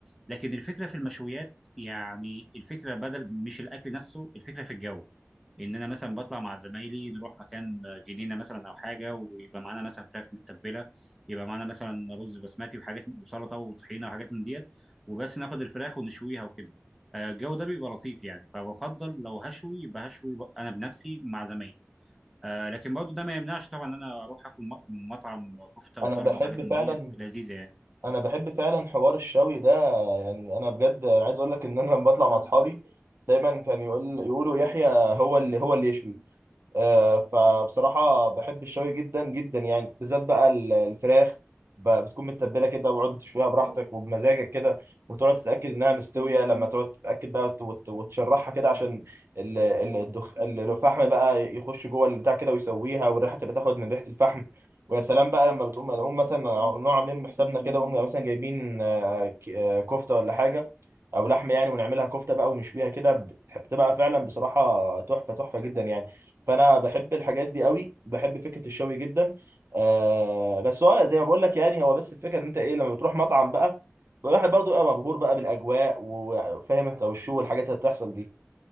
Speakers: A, in the centre; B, on the right.
A: لكن الفكره في المشويات يعني الفكره بدل مش الاكل نفسه الفكره في الجو ان انا مثلا بطلع مع زمايلي نروح مكان جنينه مثلا او حاجه ويبقى معانا مثلا فراخ متبله يبقى معانا مثلا رز بسمتي وحاجات وسلطه وطحينه وحاجات من ديت وبس ناخد الفراخ ونشويها وكده آه، الجو ده بيبقى لطيف يعني فبفضل لو هشوي يبقى هشوي ب- انا بنفسي مع زمايلي آه، لكن برضو ده ما يمنعش طبعا ان انا اروح اكل م- في مطعم كفته وطرب
B: أنا بحب
A: وحاجات من
B: فعلا
A: دي لذيذه يعني
B: أنا بحب فعلا حوار الشوي ده يعني أنا بجد أنا عايز أقول لك إن أنا لما بطلع مع أصحابي دايما كان يقول يقولوا يحيى هو اللي هو اللي يشوي آه، فبصراحة بحب الشوي جدا جدا يعني بالذات بقى ال- الفراخ ب- بتكون متبلة كده وقعد تشويها براحتك وبمزاجك كده وتقعد تتأكد إنها مستوية لما تقعد تتأكد بقى وت- وت- وتشرحها كده عشان ال- ال- الدخ... ال- الفحم بقى يخش جوه البتاع كده ويسويها والريحة تبقى تاخد من ريحة الفحم ويا سلام بقى لما بتقوم نقوم مثلا نقوم عاملين من حسابنا كده ونقوم مثلا جايبين آه، ك- آه، كفتة ولا حاجة أو لحمة يعني ونعملها كفتة بقى ونشويها كده بتح- بتبقى فعلا بصراحة تحفة تحفة جدا يعني فانا بحب الحاجات دي قوي بحب فكره الشوي جدا آه بس هو زي ما بقول لك يعني هو بس الفكره ان انت ايه لما بتروح مطعم بقى الواحد برضو يبقى مبهور بقى بالاجواء وفاهم انت والشو والحاجات اللي بتحصل دي